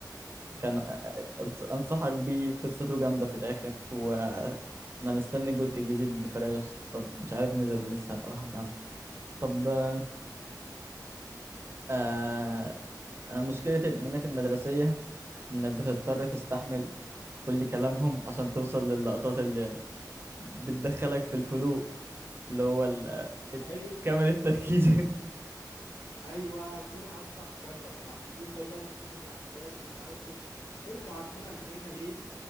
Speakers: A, on the right; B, on the left.
A: كان آه، أنص- انصحك بيه قصته جامدة في الاخر وانا مستني جزء جديد بفراغ الصبر مش عارف نزل ولا لسه هبقى ابحث عنه طب آه آه، أنا مشكلة الانميات
B: مم.
A: المدرسية انك بتضطر تستحمل كل كلامهم عشان توصل للقطات اللي بتدخلك في الفلو اللي هو ال- آه،
B: ايوه
A: كامل التركيز
B: ايوه دي الح- اكتر حاجات بكرهها تفضل بقى مستني احداث ومش عارف ايه انتوا عارفين انا هنا ليه